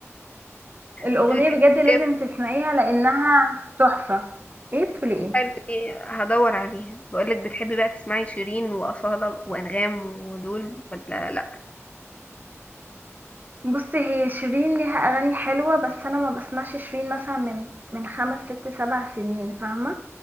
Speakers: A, on the right; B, on the left.
A: الاغنيه
B: انت بتحبي
A: بجد لازم
B: ايه
A: تسمعيها لانها تحفه ايه بتقولي ايه
B: حلو دي هدور عليها بقولك بتحبي بقى تسمعي شيرين واصاله وانغام ودول ولا لا
A: بصي هي شيرين ليها اغاني حلوه بس انا ما بسمعش شيرين مثلا من من خمس ست سبع سنين فاهمه